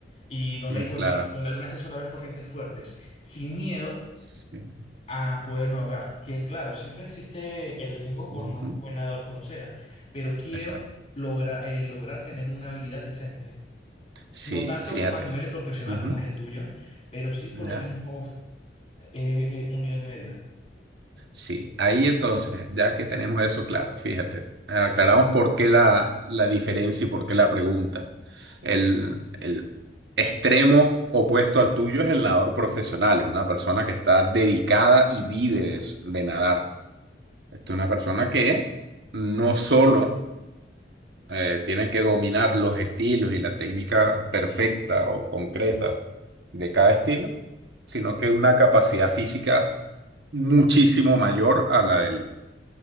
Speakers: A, on the left; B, on the right.
A: y donde
B: mm,
A: hay corriente,
B: claro.
A: donde algunas veces suele haber corrientes fuertes, sin miedo
B: Sí.
A: a poderme ahogar. Que claro, siempre existe el riesgo por
B: Ujú.
A: más buen nadador que uno sea, pero quiero
B: Exacto.
A: logra- eh, lograr tener una habilidad decente.
B: Sí,
A: No tanto
B: fíjate.
A: como al nivel de profesional
B: Ujú,
A: como es el tuyo, pero sí por
B: ¿Ya?
A: lo menos eh, un nivel medio.
B: Sí, ahí entonces, ya que tenemos eso claro, fíjate, aclaramos por qué la, la diferencia y por qué la pregunta. El, el extremo opuesto al tuyo es el nadador profesional, es una persona que está dedicada y vive de, s- de nadar. Esta es una persona que no solo eh, tiene que dominar los estilos y la técnica perfecta o concreta de cada estilo, sino que una capacidad física muchísimo mayor a la del,